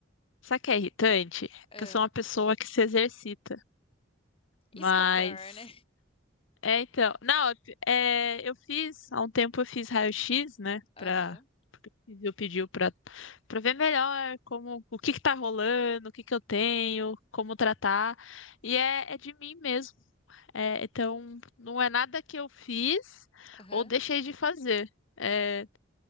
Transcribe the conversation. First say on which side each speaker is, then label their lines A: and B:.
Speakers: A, on the left; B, on the left.
A: sabe o que é irritante? É
B: Ah,
A: que eu sou uma pessoa que se exercita, mas
B: isso que é o pior, né?
A: É, então. Não, é, eu fiz, há um tempo eu fiz raio-x, né?
B: Aham,
A: Pra, porque o Fizio pediu pra, pra ver melhor como, o que que tá rolando, o que que eu tenho, como tratar. E é, é de mim mesmo. É, então, não é nada que eu fiz
B: aham.
A: ou deixei de fazer. É,